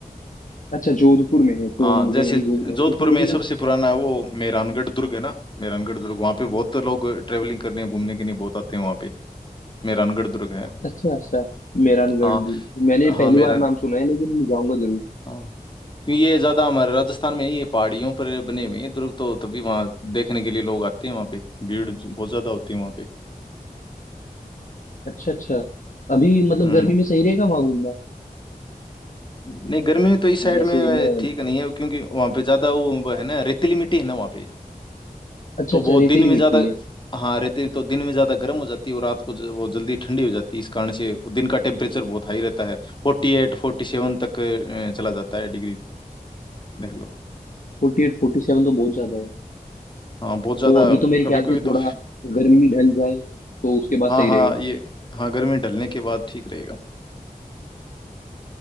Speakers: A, on the left; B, on the left.
A: अच्छा जोधपुर में है तो
B: हाँ
A: मुझे
B: जैसे
A: वहीं
B: ज-
A: घूमना है
B: जोधपुर
A: क्योंकि मुझे
B: में सबसे पुराना वो मेहरानगढ़ दुर्ग है ना मेहरानगढ़ दुर्ग वहाँ पे बहुत लोग ट्रेवलिंग करने घूमने के लिए बहुत आते हैं वहाँ पे मेहरानगढ़ दुर्ग है
A: अच्छा अच्छा मेहरानगढ़
B: हाँ
A: दुर्ग मैंने
B: हाँ
A: पहली
B: मेरा
A: बार नाम सुना है लेकिन मैं जाऊंगा जरूर
B: हाँ क्योंकि ये ज्यादा हमारे राजस्थान में ही ये पहाड़ियों पर बने हुए हैं दुर्ग तो तभी वहाँ देखने के लिए लोग आते हैं वहाँ पे भीड़ ज- बहुत ज्यादा होती है वहाँ पे
A: अच्छा अच्छा अभी मतलब
B: हम्म
A: गर्मी में सही रहेगा वहां घूमना
B: नहीं गर्मी में तो इस साइड
A: जैसे
B: में
A: मैं
B: ठीक नहीं है क्योंकि वहाँ पे ज़्यादा वो वो है ना रेतीली मिट्टी है ना वहाँ पे
A: अच्छा
B: तो
A: अच्छा
B: वो दिन
A: रेतीली
B: में ज़्यादा
A: मिट्टी है
B: हाँ रेती तो दिन में ज़्यादा गर्म हो जाती है और रात को ज- वो जल्दी ठंडी हो जाती है इस कारण से वो दिन का टेम्परेचर बहुत हाई रहता है फोर्टी एट फोर्टी सेवन तक अ, चला जाता है डिग्री देख लो
A: फोर्टी एट फोर्टी सेवन तो बहुत ज्यादा है
B: हाँ बहुत ज़्यादा
A: तो अभी तो मेरे
B: कभी
A: ख्याल
B: कभी
A: से थोड़ा
B: तो
A: गर्मी ढल जाए तो उसके बाद
B: हाँ
A: सही
B: हाँ
A: रहेगा
B: ये हाँ गर्मी ढलने के बाद ठीक रहेगा